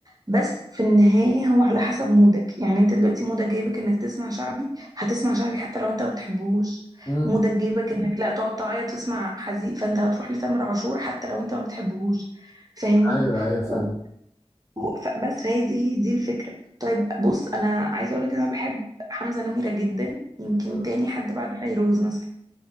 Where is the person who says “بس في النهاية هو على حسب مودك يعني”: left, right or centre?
Right